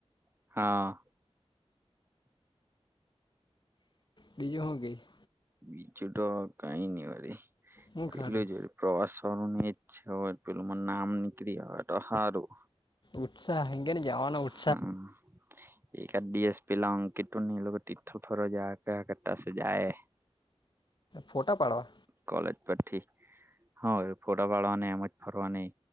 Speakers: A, on the right; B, on the left.
A: હા
B: બીજું હું <unintelligible>
A: બીજું તો કઈ નહી વારી
B: હું
A: પેલું
B: ખાધું
A: <unintelligible> પ્રવાસ ચ <unintelligible> છે, હો પેલું <unintelligible> નામ <unintelligible>
B: ઉત્સાહ હંગેને જવાનું ઉઠ
A: હમ <unintelligible> પલા <unintelligible> લોકો <unintelligible>
B: ફોટા પાડવા.
A: કોલેજ પરથી હ ફોટા પાડવાની એમજ ફરવા ની.